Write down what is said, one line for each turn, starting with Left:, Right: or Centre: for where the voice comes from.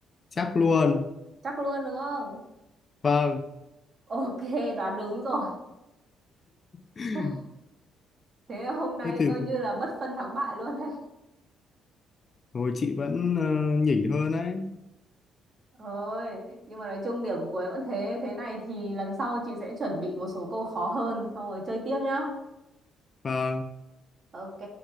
Left: chắc luôn.
Right: Chắc luôn đúng không?
Left: Vâng.
Right: Ok, đoán đúng rồi.
Left: <laughs>
Right: <laughs> Thế hôm nay
Left: Thế thì
Right: coi như là bất phân thắng bại luôn đấy.
Left: rồi chị vẫn ờ, nhỉnh hơn đấy.
Right: Thôi, nhưng mà nói chung điểm cuối vẫn thế. Thế này thì lần sau chị sẽ chuẩn bị một số câu khó hơn, xong rồi chơi tiếp nhá.
Left: và
Right: Ok.